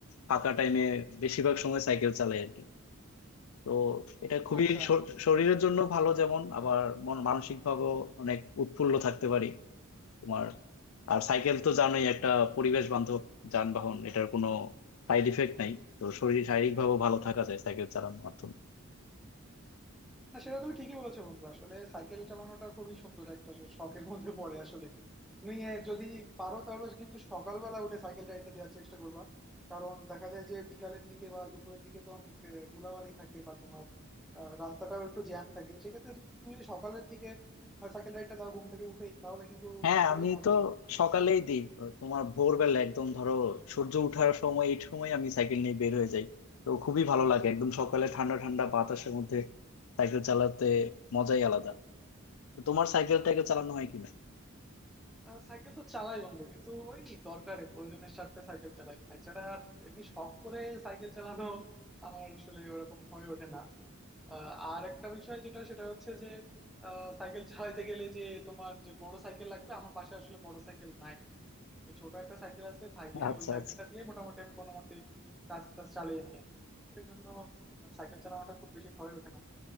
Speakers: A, on the left; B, in the centre.
A: ফাঁকা টাইমে বেশিরভাগ সময় সাইকেল চালাই আর কি তো এটা খুবই
B: আচ্ছা
A: শর- শরীরের জন্য ভালো যেমন আবার মন মানসিক ভাবেও অনেক উৎফুল্ল থাকতে পারি তোমার আর সাইকেল তো জানোই একটা পরিবেশ বান্ধব যানবাহন এটার কোনো সাইড ইফেক্ট নাই তো শরীর শারীরিক ভাবেও ভালো থাকা যায় সাইকেল চালানোর মাধ্যমে
B: না সেটা তুমি ঠিকই বলেছো বন্ধু আসলে সাইকেল চালানোটা খুবই সুন্দর একটা শখের মধ্যে পড়ে আসলে তুমি আহ, যদি পারো তাহলে কিন্তু সকালবেলা উঠে সাইকেল রাইডটা দেওয়ার চেষ্টা করবা কারণ দেখা যায় যে বিকালের দিকে বা দুপুরের দিকে তো অনেক আহ, ধুলাবালি থাকে বা তোমার আহ, রাস্তাটাও একটু জ্যাম থাকে সেক্ষেত্রে তুমি যদি সকালের দিকে সাইকেল রাইডটা দাও ঘুম থেকে উঠেই তাহলে কিন্তু
A: হ্যাঁ
B: আসলেই
A: আমি
B: মজা
A: তো
B: পাবা
A: সকালেই দিই তোমার ভোরবেলা একদম ধরো সূর্য ওঠার সময় এই সময় আমি সাইকেল নিয়ে বের হয়ে যাই তো খুবই ভালো লাগে একদম সকালে ঠান্ডা ঠান্ডা বাতাসের মধ্যে সাইকেল চালাতে মজাই আলাদা তো তোমার সাইকেল টাইকেল চালানো হয় কিনা
B: আহ সাইকেল তো চালাই বন্ধু কিন্তু ওই দরকারে প্রয়োজনের স্বার্থে সাইকেল চালাই এছাড়া আর এমনি শখ করে সাইকেল চালানো আমার আসলে ওরকম হয়ে ওঠে না আহ, আর একটা বিষয় যেটা সেটা হচ্ছে যে আহ, সাইকেল চালাইতে গেলে যে তোমার যে বড় সাইকেল লাগবে আমার বাসায় আসলে বড় সাইকেল নাই এই ছোট একটা সাইকেল আছে ভাইয়ের
A: আচ্ছা
B: ওই সাইকেলটা
A: আচ্ছা
B: দিয়ে মোটামুটি আমি কোনো মতে কাজ টাজ চালিয়ে নিয়ে এই জন্য সাইকেল চালানোটা খুব বেশি হয়ে ওঠে না